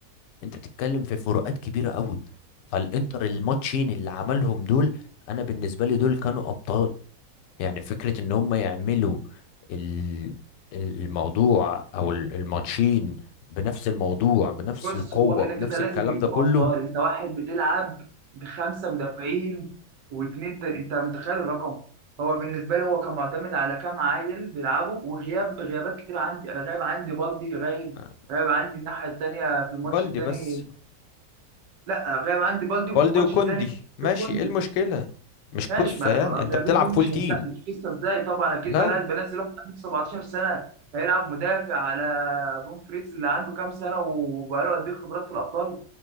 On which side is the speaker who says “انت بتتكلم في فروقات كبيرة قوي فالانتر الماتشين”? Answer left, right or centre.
Left